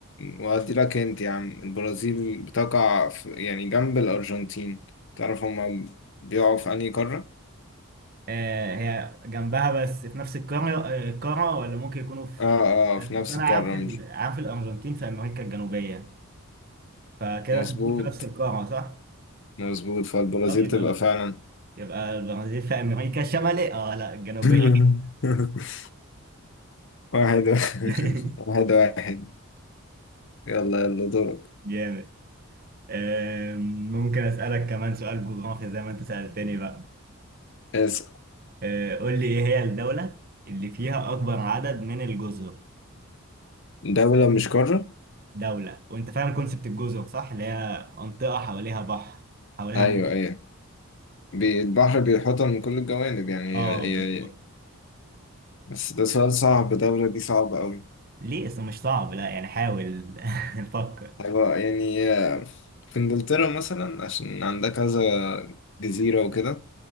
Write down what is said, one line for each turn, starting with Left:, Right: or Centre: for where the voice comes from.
Left: وأدي لك أنت يا عم البرازيل بتقع في يعني جنب الأرجنتين تعرف هما بيقعوا في أنهي قارة؟
Right: آه هي جنبها بس في نفس القاره آه، القاره ولا ممكن يكونوا في
Left: آه آه
Right: أصل
Left: في نفس
Right: انا
Left: القارة
Right: عارف ال-
Left: مش
Right: عارف الارجنتين في امريكا الجنوبيه فكده
Left: مظبوط
Right: انت بتقول في نفس القاره صح؟
Left: مظبوط فالبرازيل
Right: طب يبقى
Left: تبقى
Right: الب...
Left: فعلا
Right: يبقى البرازيل في امريكا الشماليه اه لا الجنوبيه
Left: <laughs> واحد واحد
Right: <laughs>
Left: <laughs> واحد واحد. يلا يلا دورك
Right: جامد آم، ممكن اسالك كمان سؤال جغرافيا زي ما انت سالتني بقى
Left: اسأل
Right: آه، قول لي ايه هي الدوله اللي فيها اكبر عدد من الجزر
Left: دولة مش قارة
Right: دوله وانت فاهم كونسبت الجزر صح اللي هي منطقه حواليها بحر حواليها
Left: ايوه
Right: ميه
Left: ايوه بي- البحر بيحوطها من كل الجوانب يعني
Right: اه
Left: هي هي
Right: بالظبط
Left: بس ده سؤال صعب الدولة دي صعبة أوي
Right: ليه اصل مش صعب لا يعني حاول <laughs> فكر
Left: هيبقى يعني آه، في إنجلترا مثلا عشان عندها كذا جزيرة وكده